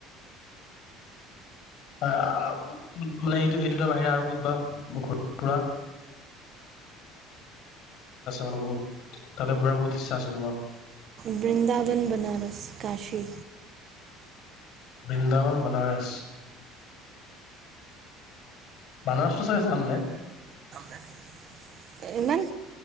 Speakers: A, on the left; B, on the right.
A: আহ মানে এইটো এইটো তাৰ বাহিৰে আৰু ক'তবা ঘ ফুৰা মানে বহুত তাতে ঘূৰা বহুত ইচ্ছা আছে তোমাৰ
B: <inaudible> বৃন্দাবন বনাৰস কাশী।
A: বৃন্দাৱন বনাৰস। বানাৰসটো চাগে যাম। নে
B: <inaudible> ইমান